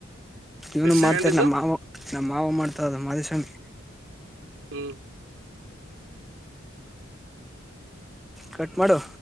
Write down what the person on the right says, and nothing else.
ಸೆಕೆಂಡ್
ಇದ್ದು
ಹ್ಮ್